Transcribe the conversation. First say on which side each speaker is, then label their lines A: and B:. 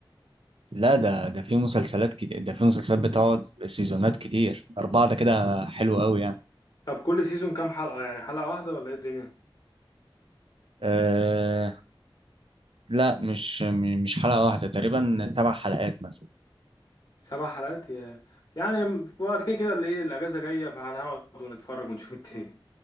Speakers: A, on the right; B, on the left.
A: لا ده ده في مسلسلات كده ده في مسلسلات بتقعد سيزونات كتير أربعة ده كده حلو أوي يعني
B: طب كل سيزون كام حلقة يعني حلقة واحدة ولا ايه الدنيا
A: أه لا مش م- مش حلقة واحدة تقريبا سبع حلقات مثلا
B: سبع حلقات يا يعني في وقت كده كده اللي ايه الأجازة جاية فهنقعد ونتفرج ونشوف التاني